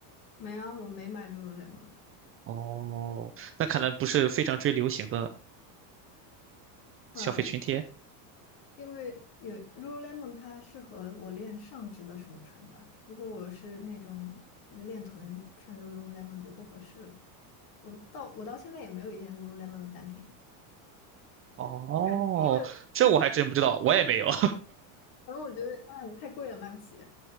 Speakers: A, on the left (about 50°); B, on the right (about 30°).
A: 没啊，我没买 Lululemon。
B: 哦，那可能不是非常追流行的
A: 嗯
B: 消费群体。
A: 因为有 Lululemon，它适合我练上肢的时候穿吧。如果我是那种练臀，穿 Lululemon 就不合适了。我到我到现在也没有一件 Lululemon 的单品，
B: 哦，
A: 我感觉因为可
B: 这我还真不知道，我也没有。<laughs>
A: 能我觉得哎太贵了，买不起。